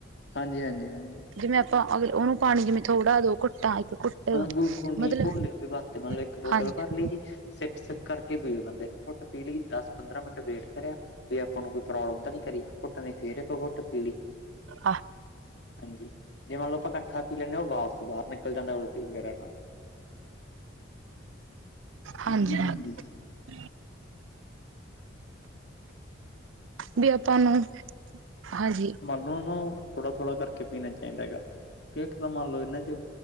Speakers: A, on the left; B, on the right.
A: ਹਾਂਜੀ-ਹਾਂਜੀ-ਹਾਂਜੀ।
B: ਜਿਵੇਂ ਆਪਾਂ ਅਗਲੇ, ਉਹਨੂੰ ਪਾਣੀ ਜਿਵੇਂ ਥੋੜ੍ਹਾ ਦੋ ਘੁੱਟ ਇੱਕ ਘੁੱਟ।
A: <unintelligible> ਦੇ
B: ਮਤਲਬ
A: ਵਾਸਤੇ ਮਾਣ ਲੋ ਇੱਕ ਬੋਤਲ
B: ਹਾਂਜੀ
A: ਭਰ ਲਈ ਜੀ। ਸਿੱਪ ਸਿੱਪ ਕਰਕੇ ਪੀ ਬੰਦੇ ਨੂੰ, ਇੱਕ ਘੁੱਟ ਪੀ ਲਈ ਦਸ ਪੰਦਰਾਂ ਮਿੰਟ ਵੇਟ ਕਰਿਆ। ਵਈ ਆਪਾਂ ਨੂੰ ਕੋਈ ਪ੍ਰੋਬਲਮ ਤਾਂ ਨਹੀਂ ਕਰੀ ਇਕ ਘੁੱਟ ਨੇ, ਫੇਰ ਇੱਕ ਘੁੱਟ ਪੀ ਲਈ।
B: ਹ
A: ਹਾਂਜੀ ਜੇ ਮੰਨ ਲਓ ਆਪਾਂ ਇਕੱਠਾ ਪੀ ਲੈਂਨੇਂ ਆਂ ਉਹ ਵਾਪਿਸ ਬਾਹਰ ਨਿਕਲ ਜਾਂਦਾ ਰੋਟੀ ਵਗੈਰਾ ਨਾਲ।
B: ਹਾਂਜੀ।
A: ਇਹ ਚੀਜ਼ ਹੁੰਦੀ
B: <inaudible> ਬਈ ਆਪਾਂ ਨੂੰ ਹਾਂਜੀ।
A: ਉਹ ਨੂੰ ਥੋੜਾ ਥੋੜਾ ਕਰਕੇ ਪੀਣਾ ਚਾਹੀਦਾ ਹੈਗਾ। ਕਿ ਇੱਕ ਤਾਂ ਮੰਨ ਲਓ ਇਹਨਾਂ ਚ